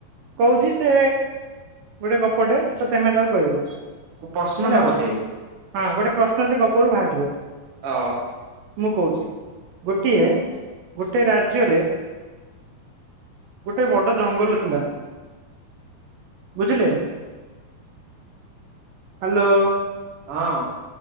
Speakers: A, on the right; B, on the right.
A: କହୁଚି ସେ ଗୋଟେ ଗପଟେ ତ ତମେ ତାକୁ କହିବ। ହେଲା,
B: ପ୍ରଶ୍ନଟା ବୋଧେ
A: ହଁ ଗୋଟେ ପ୍ରଶ୍ନ ସେ ଗପରୁ ବାହାରିବ।
B: ଅ
A: ମୁଁ କହୁଚି ଗୋଟିଏ ଗୋଟେ ରାଜ୍ୟରେ ଗୋଟେ ବଡ଼ ଜଙ୍ଗଲ ଥିଲା। ବୁଝିଲେ, ହାଲୋ।
B: ହଁ।